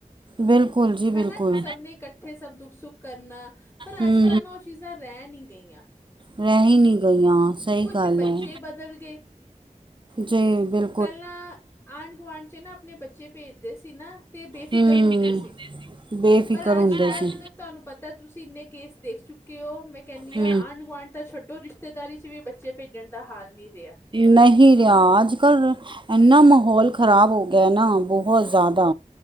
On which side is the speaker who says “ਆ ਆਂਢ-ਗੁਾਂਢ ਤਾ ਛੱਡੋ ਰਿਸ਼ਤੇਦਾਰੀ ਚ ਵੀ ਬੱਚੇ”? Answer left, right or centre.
Left